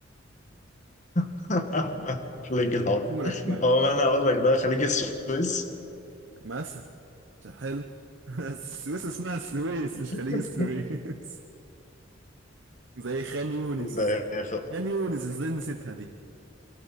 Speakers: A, on the left (about 40°); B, on the right (about 75°).
A: <laughs> خليج العقل
B: مركبة
A: هو ما أنا أقول لك بقى خليج السويس
B: مثلا مش حلو <laughs> السويس اسمها السويس مش
A: <laughs>
B: خليج السويس <laughs> زي خان يونس
A: ده يا أخي.
B: خان يونس ازاي نسيتها دي